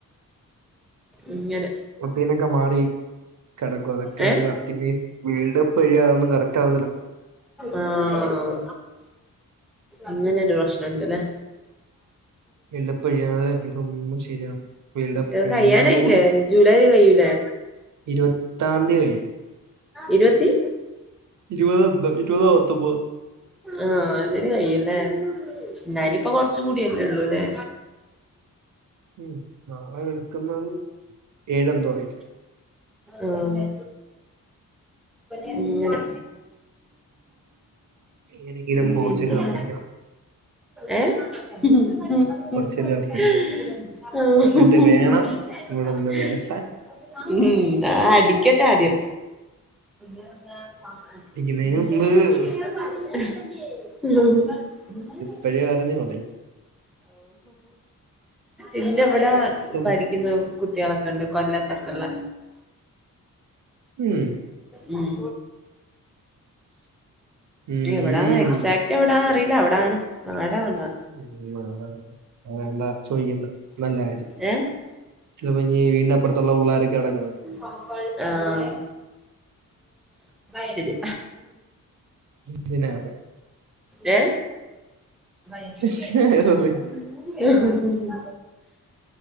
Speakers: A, in the centre; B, on the right (about 60°).
A: അങ്ങെനെ.
B: മുട്ടീനൊക്കെ മാറി കെടക്കുവ. അതൊക്കെന്ന്
A: ഏഹ്
B: കർ ട്ട്ല്. വേൾഡ് കപ്പ് കയ്യാ അഹോന്നും കറെക്റ്റ് ആവതില്ല.
A: ആഹ്. അങ്ങെനെരു പ്രശ്നണ്ട്ലെ.
B: വേൾഡ് കപ്പ് കഴിയാതെ ഇതൊന്നും ശരിയാവത്തില്ല വേൾഡ് കപ്പ്
A: ഇത്
B: കഴിയുന്നതോടുകൂടി
A: കയ്യാനായില്ലേ? ജൂലായൊക്കെ കയ്യൂലെ?
B: ഇരുത്താംന്തി കയ്യും.
A: ഇരൊത്തി
B: ഇരുവതോ എതൊ. ഇരുവതോ പത്തൊമ്പതൊ.
A: ആഹ് അതിന് കയ്യും ലെ. ന്നാ നിപ്പോ കൊർച്ച് കുടിയല്ലെള്ളു ലെ.
B: ഉം നാളെ വെളുക്കുന്ന. ഏഴൊ എന്തോ ആയി.
A: ആഹ് ഇങ്ങനെ
B: എങ്ങനെയെങ്കിലും പോർച്ചുഗൽ
A: പിന്നെന്താ
B: കപ്പടിക്കണം
A: ഏഹ് ഉം ഹേ
B: പോർച്ചുഗൽ കപ്പടിക്കണം
A: ഹ്മ്മ്,
B: എന്നിട്ട് വേണം
A: പൈസേ യാലും
B: ഇവിടെ ഒന്ന്
A: ണ്ടാവും
B: വിലസാൻ
A: ഉം, ആ അടിക്കട്ടെ ആദ്യം <unintelligible>
B: അടിക്കുന്നതിന് മുമ്പ്
A: <unintelligible>
B: ഇപ്പഴേ അറിഞ്ഞോ മതി
A: ഇന്റെ ഇവിടെ
B: ഉം.
A: പഠി ക്കുന്ന് കുട്ടികളൊക്കെണ്ട് കൊല്ലത്തൊക്കെ ഉള്ള
B: ഉം
A: ഉം,
B: ഉം.
A: എവിടാന്ന. എക്സ് റ്റ് എവിടാന്ന് അറില്ല അവിടാണ് നാടാണ്
B: ഉം, നാടാണ് അ വേണ്ടാ ചോദിക്കണ്ട നല്ല കാര്യം.
A: ഏഹ്
B: അപ്പഞ്ഞി വീടിനപ്പുറത്തുള്ള പുള്ളാരൊക്കെ അവിടെ കാണും
A: <unintelligible> ആഹ് ശരി
B: എന്തിനാ
A: ഏഹ് എനിക്കൊക്കെ
B: എന്തിനാ വെറുതെ?
A: ഏറ്റവും വലുത്